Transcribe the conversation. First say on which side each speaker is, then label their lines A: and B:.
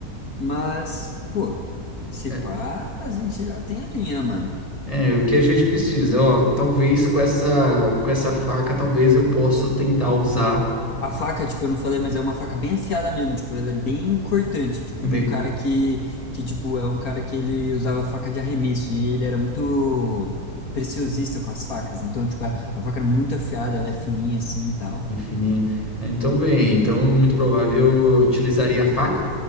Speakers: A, on the left (about 65°); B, on the left (about 20°).
A: Mas, pô, se
B: É,
A: pá, a gente já tem a linha, mano.
B: É, o que a gente precisa, ó, talvez com essa com essa faca, talvez eu possa tentar usar
A: A faca, tipo, eu não falei, mas é uma faca bem afiada mesmo, tipo, ela é bem cortante, tipo,
B: bem
A: de um cara
B: cu-
A: que, que, tipo, é um cara que ele usava faca de arremesso e ele era muito preciosista com as facas, então, tipo, a, a faca era muito afiada, ela é fininha assim e tal.
B: bem fininha. É, Então, bem, então muito provável eu utilizaria a faca,